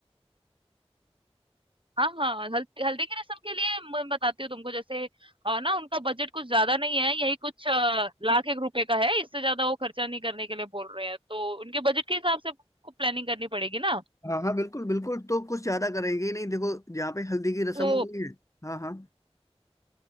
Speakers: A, on the right; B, on the left.
A: हाँ हाँ हल्दी हल्दी की रस्म के लिए मैं बताती हूँ तुमको जैसे आ, ना उनका बजट कुछ ज्यादा नहीं है यही कुछ आ, लाख एक रुपए का है इससे ज्यादा वो खर्चा नहीं करने के लिए बोल रहे हैं तो उनके बजट के हिसाब से आपको प्लानिंग करनी पड़ेगी ना
B: हाँ हाँ बिल्कुल बिल्कुल तो कुछ ज्यादा करेंगे ही नहीं देखो जहाँ पे हल्दी की रस्म
A: तो
B: होगी हाँ हाँ